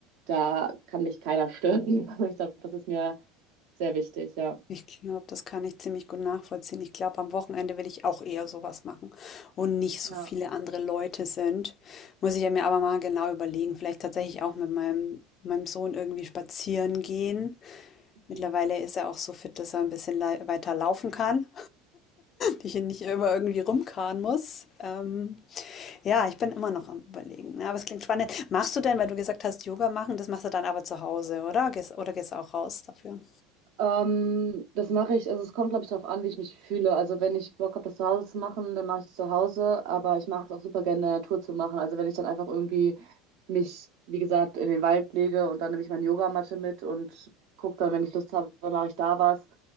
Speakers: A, on the right (about 60°); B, on the left (about 40°).
A: da kann mich keiner stören. <laughs> Ich glaube, das ist mir sehr wichtig, ja.
B: Ich glaube, das kann ich ziemlich gut nachvollziehen. Ich glaube, am Wochenende will ich auch eher sowas machen, wo nicht so
A: Ja.
B: viele andere Leute sind. Muss ich ja mir aber mal genau überlegen. Vielleicht tatsächlich auch mit meinem, meinem Sohn irgendwie spazieren gehen. Mittlerweile
A: Mhm.
B: ist er auch so fit, dass er ein bisschen lei- weiter laufen kann. die ich hier nicht immer irgendwie rumkarren muss. Ähm, ja, ich bin immer noch am Überlegen. Ja, aber es klingt spannend. Machst du denn, weil du gesagt hast, Yoga machen, das machst du dann aber zu Hause, oder? Gehst, oder gehst du auch raus dafür?
A: Ähm, das mache ich, also es kommt, glaube ich, darauf an, wie ich mich fühle. Also wenn ich Bock habe, das zu Hause zu machen, dann mache ich es zu Hause, aber ich mag es auch super gerne in der Natur zu machen. Also wenn ich dann einfach irgendwie mich, wie gesagt, in den Wald lege und dann nehme ich meine Yogamatte mit und gucke dann, wenn ich Lust habe, mache ich da was,